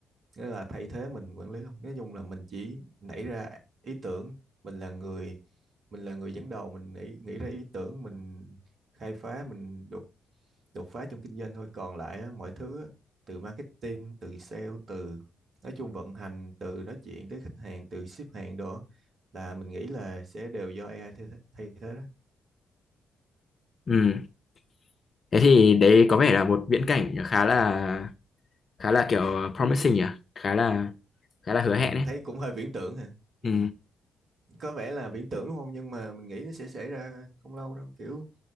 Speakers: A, on the right; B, on the left.
A: nghĩa là thay thế mình quản lý luôn nói chung là mình chỉ nảy ra ý tưởng mình là người mình là người dẫn đầu mình nghĩ nghĩ ra ý tưởng mình khai phá mình đột đột phá trong kinh doanh thôi còn lại á, mọi thứ á, từ marketing từ sale từ nói chung vận hành từ nói chuyện tới khách hàng từ ship hàng đồ á, là mình nghĩ là sẽ đều do AI thay, thay thế đó
B: ừ thế thì đấy có vẻ là một viễn cảnh khá là khá là kiểu promising nhỉ khá là khá là hứa
A: ừ,
B: hẹn ấy.
A: thấy cũng hơi viễn tưởng hả ừ,
B: ừ
A: có vẻ là viễn tưởng đúng không nhưng mà mình nghĩ nó sẽ xảy ra không lâu đâu kiểu